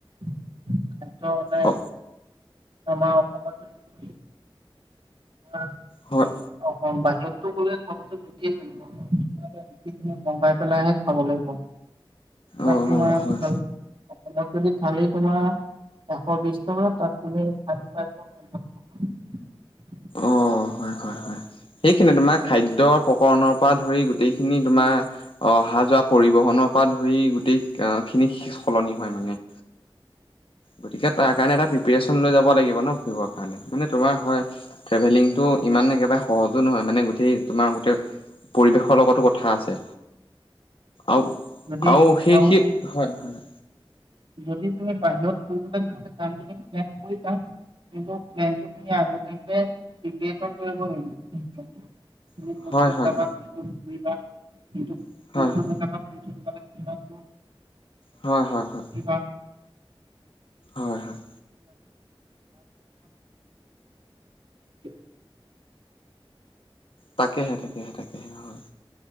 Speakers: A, on the right; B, on the left.
A: <unintelligible> ত মানে
B: অ
A: আমাৰ অসমত যদি তুমি তোমাৰ
B: হয়
A: অসম বাহিৰত <unintelligible> মগাই পেলাইহে খাব লাগিব তাত
B: অ
A: তোমাৰ
B: অ হয়
A: ভাল অলপ যদি থালি তোমাৰ এশ বিশ টকা তাত তুমি থালি পাই যাবা পঞ্চাছ টকাত।
B: অ হয় হয় হয় সেইখিনি তোমাৰ খাদ্য প্ৰকৰণৰ পৰা ধৰি গোটেইখিনি তোমাৰ অহা যোৱা পৰিবহনৰ পৰা ধৰি গোটেই খিনি সলনি হয় মানে। গতিকে তাৰ কাৰণে এটা প্ৰিয়েৰশ্যন লৈ যাব লাগিব ন ফুৰিৰ কাৰণে মানে তোমাৰ হয় ট্ৰেভেলিং টো ইমান একেবাৰে সহজো নহয় মানে গোটেই তোমাৰ গোটেই পৰিৱেশৰ লগতো কথা আছে। আও,
A: যদি
B: আও সেই
A: আৰু
B: সেই,
A: তুমি
B: হয় হয়।
A: যদি তুমি বাহিৰত ফুৰিবলে যাম বুলি প্লেন কৰিছা কিন্ত প্লেনটো তুমি আগতে <unintelligible> তুমি কোন কোন
B: হয়
A: জেগাত ক'ত
B: হয়
A: ক'ত
B: হয়
A: ঘুৰিবা কিন্তু
B: হয়
A: <unintelligible>
B: হয়
A: <unintelligible>
B: হয় হয় হয়।
A: ক <inaudible>
B: হয় হয়
A: <inaudible>
B: তাকেহে তাকেহে তাকে হয়